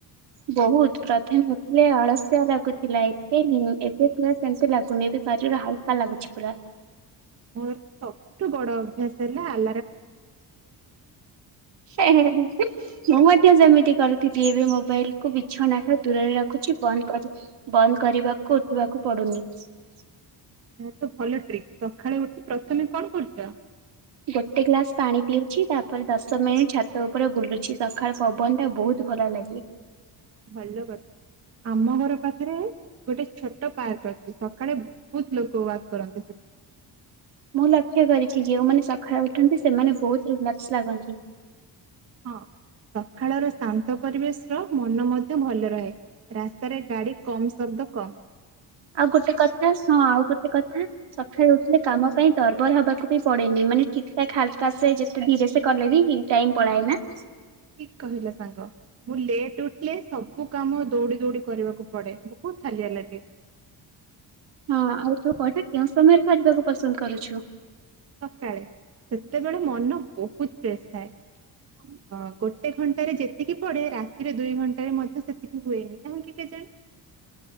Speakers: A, on the right; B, on the right.
A: ବହୁତ ପ୍ରଥମେ ଉଠିଲେ ଅଳସୁଆ ଲାଗୁଥିଲା ଏବେ ଏବେ ପୁରା ସେମିତି ଲାଗୁନି ଏବେ ଶିର ଟା ହାଲକା ଲାଗୁଛି ପୁରା।
B: ମୋର ତ ସବୁଠୁ ବଡ ଅଭ୍ୟାସ ହେଲା ଆ
A: ମୁଁ ମଧ୍ୟ ଯେମିତି କରୁଥିଲି। ଏବେ ମୋବାଇଲ କୁ ବିଛଣା ଟା ଦୂରରେ ରଖୁଛି ବନ୍ଦ କରି ବନ୍ଦ କରିବାକୁ ଉଠିବାକୁ ପଡୁନି। ହଁ <inaudible>
B: ଏହା ତ ଭଲ ଟ୍ରିକ୍ ସକାଳେ ଉଠି ପ୍ରଥମେ କଣ କରୁଛ?
A: ଗୋଟେ ଗ୍ଲାସ ପାଣି ପିଉଛି ତାପରେ ଦଶ ମିନିଟ ଛାତ ଉପରେ ବୁଲୁଛି ସକାଳ ପବନ ଟା ବହୁତ ଭଲ ଲାଗେ।
B: ଭଲ କଥା ଆମ ଘର ପାଖରେ ଗୋଟେ ଛୋଟ ପାର୍କ ଅଛି ସକାଳେ ବହୁତ ଲୋକ ୱାକ୍ କରନ୍ତି ସେଠି।
A: ମୁଁ ଲକ୍ଷ୍ୟ କରିଛି ଯେଉଁମାନେ ସକାଳେ ଉଠନ୍ତି ସେମାନେ ବହୁତ ରିଲାକ୍ସ ଲାଗନ୍ତି।
B: ହଁ। ସକାଳର ଶାନ୍ତ ପରିବେଶ ର ମନ ମଧ୍ୟ ଭଲ ରହେ ରାସ୍ତାରେ ଗାଡି କମ ସମ <unintelligible> ଦୁଃୋକ
A: ଆଉ ଗୋଟେ କଥା ହଁ ଆଉ ଗୋଟେ କଥା ସକାଳେ ଉଥିଲେ
B: ହଁ।
A: କାମ ପାଇଁ ତର୍ ବର ହବାକୁ ବି ପଡେନି ମାନେ ଠିକ ଠାକ ହାଲକା ସେ ଯେତେ ଧୀରେ ସେ କଲେ ବି ଇନ୍ ଟାଇମ୍ ପଳାଏ ନା?
B: ଠିକ କହିଲ ସାଙ୍ଗ ମୁଁ ଲେଟ୍ ଉଠିଲେ ସବୁ କାମ ଦୌଡି ଦୌଡି କରିବାକୁ ପଡେ ବହୁତ ହାଲିଆ ଲାଗେ।
A: ହଁ ଆଉ ତୁ <unintelligible> କଟା କେଉଁ ସମୟରେ କରିବାକୁ ପସନ୍ଦ କରୁଛୁ?
B: ସକାଳେ ସେତେବେଳେ ମନ ବହୁତ ଫ୍ରେଶ ଥାଏ। ଗୋଟେ ଘଣ୍ଟାରେ ଯେତିକି ପଡେ ରାତିରେ ଦୁଇ ଘଣ୍ଟାରେ ମଧ୍ୟ ସେତିକି ହୁଏନି କାହିଁକି କେଜାଣି। <inaudible>